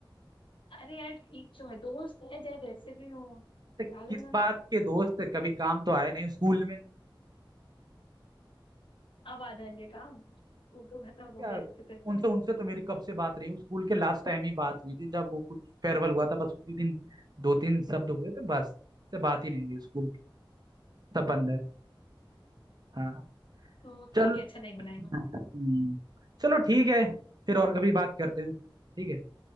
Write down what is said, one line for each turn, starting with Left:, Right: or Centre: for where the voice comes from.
Left: अरे यार ठीक तो है दोस्त है चाहे जैसे भी हो
Right: तो
Left: बुला
Right: किस
Left: लेना
Right: बात के दोस्त कभी काम तो आए नहीं स्कूल में
Left: अब आ जाएंगे काम स्कूल तो खत्म
Right: क्या
Left: हो गया जैसे तैसे
Right: उनसे उनसे तो मेरी कब से बात रही हूँ स्कूल के लास्ट टाइम ही बात हुई थी जब वो कुछ फेयरवेल हुआ था बस उसी दिन दो तीन शब्द हुए थे बस उससे बात ही नहीं हुई स्कूल की सब बंद है हाँ
Left: तो ठीक
Right: चल
Left: है अच्छा नहीं बनाएंगे
Right: हम्म, चलो ठीक है फिर और कभी बात करते हैं ठीक है